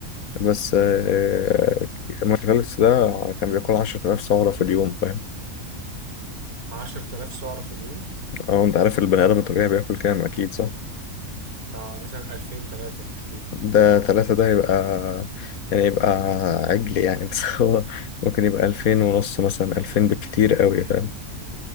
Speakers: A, on the left; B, on the right.
A: بس آه، مارتينيليس ده كان بياكل عشرة آلاف سعرة في اليوم فاهم
B: 10000 سعرة في اليوم
A: اه انت عارف البني آدم الطبيعي بياكل كام أكيد صح
B: بتاع مثلا 2000 3 بالكتير
A: ده تلاتة ده يبقى يعني يبقى عجل يعني <laughs> بس هو ممكن يبقى ألفين ونص مثلا ألفين بالكتير قوي فاهم